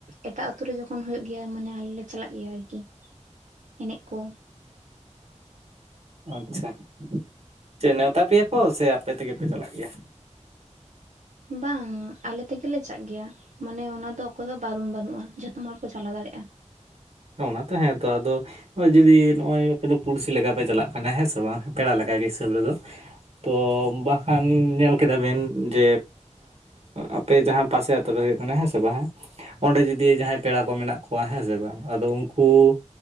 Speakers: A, on the right; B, on the right.
A: ᱮᱴᱟᱜ ᱟᱛᱳ ᱨᱮ ᱡᱚᱠᱷᱚᱱ ᱦᱩᱭᱩᱜ ᱜᱮᱭᱟ ᱢᱟᱱᱮ ᱟᱞᱮ ᱞᱮ ᱪᱟᱞᱟᱜ ᱜᱮᱭᱟ ᱟᱨᱠᱤ ᱮᱱᱮᱡ ᱠᱚ᱾
B: ᱟᱪᱪᱷᱟ ᱪᱮᱫ ᱱᱮᱣᱛᱟ ᱯᱮᱭᱟ ᱠᱚ ᱥᱮ ᱟᱯᱮ ᱛᱮᱜᱮ ᱯᱮ ᱪᱟᱞᱟᱜ ᱜᱮᱭᱟ?
A: ᱵᱟᱝ ᱟᱞᱮ ᱛᱮᱜᱮᱞᱮ ᱪᱟᱜ ᱜᱮᱭᱟ᱾ ᱢᱟᱱᱮ ᱚᱱᱟᱫᱚ ᱚᱠᱚᱭ ᱦᱚᱸ ᱵᱟᱨᱩᱱ ᱵᱟᱹᱱᱩᱜᱼᱟ ᱡᱚᱛᱚᱢ ᱦᱚᱲᱠᱚ ᱪᱟᱞᱟᱣ ᱫᱟᱲᱮᱭᱟᱜᱼᱟ᱾
B: ᱚᱱᱟ ᱛᱚ ᱦᱮᱸᱛᱚ ᱟᱫᱚ ᱦᱚᱸᱜ-ᱚᱭ ᱡᱩᱫᱤ ᱱᱚᱜᱼᱚᱭ ᱟᱯᱮ ᱫᱚ ᱯᱩᱲᱥᱤ ᱞᱮᱠᱟᱯᱮ ᱪᱟᱞᱟᱜ ᱠᱟᱱᱟ ᱦᱮᱸ ᱥᱮ ᱵᱟᱝ᱾ ᱯᱮᱲᱟ ᱞᱮ ᱞᱮᱠᱟᱟᱜᱮ ᱦᱤᱥᱟᱹᱵ ᱨᱮᱫᱚ᱾ ᱛᱚ ᱵᱟᱝᱠᱷᱟᱱ ᱧᱮᱞ ᱠᱮᱫᱟᱵᱤᱱ ᱡᱮ? ᱟᱯᱮ ᱡᱟᱦᱟᱸ ᱯᱟᱥᱮ ᱟᱛᱳ ᱨᱮ ᱦᱩᱭᱩᱜ ᱠᱟᱱᱟ ᱦᱮᱸ ᱥᱮ ᱵᱟᱝ ᱦᱮᱸ? ᱚᱸᱰᱮ ᱡᱩᱫᱤ ᱡᱟᱦᱟᱸᱭ ᱯᱮᱲᱟ ᱠᱚ ᱢᱮᱱᱟᱜ ᱠᱚᱣᱟ ᱦᱮᱸ ᱥᱮ ᱵᱟᱝ? ᱟᱫᱚ ᱩᱱᱠᱩ